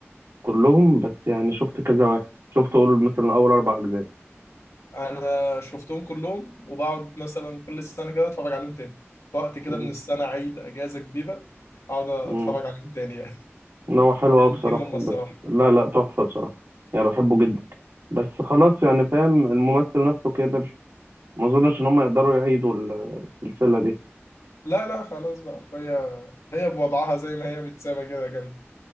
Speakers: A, on the right; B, on the left.
A: كلهم بس يعني شفت كذا واحد شفت اقول مثلا اول اربع اجزاء
B: انا شفتهم كلهم وبقعد مثلا كل سنه كده اتفرج عليهم تاني في وقت كده
A: مم.
B: من السنه عيد اجازه كبيره اقعد اتفرج
A: مم.
B: عليهم تاني يعني <laughs>
A: لا هو حلو قوي بصراحه
B: جامدين هم الصراحه
A: بس لا لا تحفه بصراحه يعني بحبه جدا بس خلاص يعني فاهم الممثل نفسه كبر ما اظنش ان هم يقدروا يعيدوا ال- السلسله دي
B: لا لا خلاص بقى فهي هي بوضعها زي ما هي متسامه كده جامده